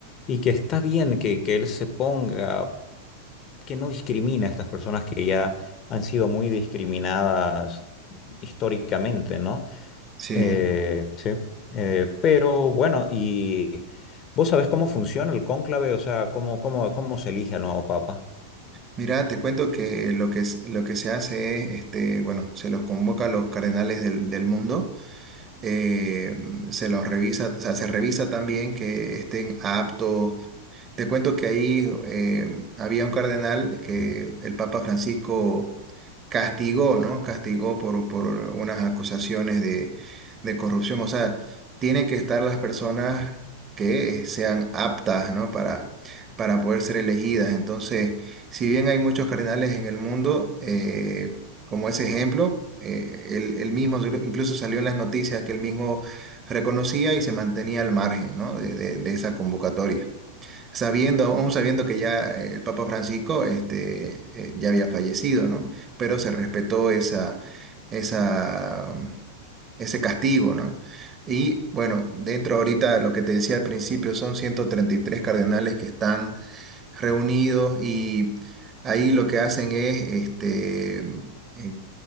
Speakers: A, on the left (about 35°); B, on the right (about 25°).
A: y que está bien que, que él se ponga, que no discrimina a estas personas que ya han sido muy discriminadas históricamente, ¿no?
B: sí.
A: Eh, sí, eh, pero bueno, ¿y vos sabés cómo funciona el cónclave? O sea, ¿cómo, cómo, cómo se elige al nuevo papa?
B: Mira, te cuento que lo que, s- lo que se hace es, este, bueno, se los convoca a los cardenales del, del mundo, eh, se los revisa, o sea, se revisa también que estén aptos. Te cuento que ahí eh, había un cardenal que el Papa Francisco castigó, ¿no? Castigó por, por unas acusaciones de, de corrupción. O sea, tienen que estar las personas que sean aptas, ¿no? Para, para poder ser elegidas. Entonces, si bien hay muchos cardenales en el mundo, eh, como ese ejemplo, eh, él, él mismo incluso salió en las noticias que él mismo reconocía y se mantenía al margen, ¿no? de de- de esa convocatoria sabiendo, aún sabiendo que ya eh, el Papa Francisco este, eh, ya había fallecido, ¿no? Pero se respetó esa, esa, ese castigo, ¿no? Y bueno, dentro ahorita, lo que te decía al principio, son 133 cardenales que están reunidos y ahí lo que hacen es este, eh,